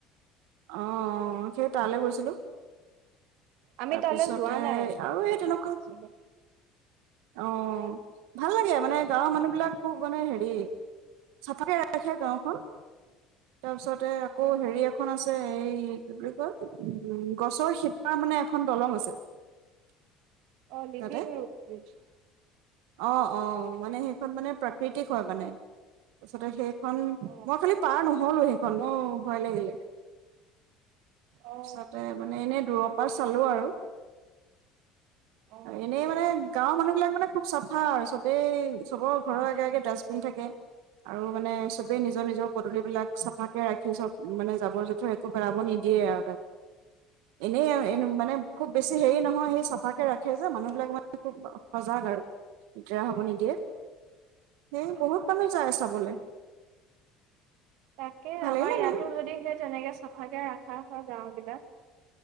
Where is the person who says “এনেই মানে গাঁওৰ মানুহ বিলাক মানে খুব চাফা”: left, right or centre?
Right